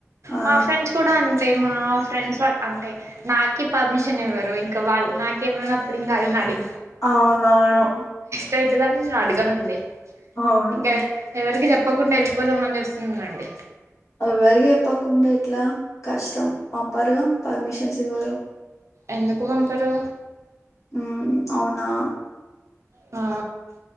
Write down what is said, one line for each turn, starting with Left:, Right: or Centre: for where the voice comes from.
Left: ఆ
Right: మా ఫ్రెండ్స్ కూడా అన్ తే మా ఫ్రెండ్స్ వాళ్ళు అంటే నాకి పర్మిషన్ ఇవ్వరు ఇంకా వాళ్ళు నాకివ్వనప్పుడు ఇంక వాళ్ళనడిగి
Left: అవునవును
Right: కైతదన్ అడగనండి
Left: అవును
Right: ఇంక ఎవరుకి చెప్ ప్పకుండా వెళ్ళిపోదామని చూస్తున్నానండి
Left: ఎవ్వరికి చెప్పకుండా ఇట్లా కష్టం పంపరుగా పర్మిషన్స్ ఇవ్వరు
Right: ఎందుకు పంపరు
Left: ఉమ్ అవునా
Right: ఆ